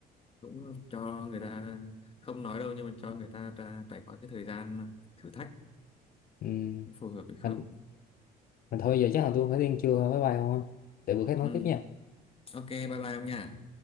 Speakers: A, on the left (about 35°); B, on the left (about 60°).
A: cũng cho người ta không nói đâu nhưng mà cho người ta ra trải qua cái thời gian thử thách
B: Ừ.
A: phù hợp hay không
B: Mà, mà thôi giờ chắc là tôi phải đi ăn trưa rồi bye bye không á. để bữa khác nói
A: ừ.
B: tiếp nha
A: ok bye bye ông nha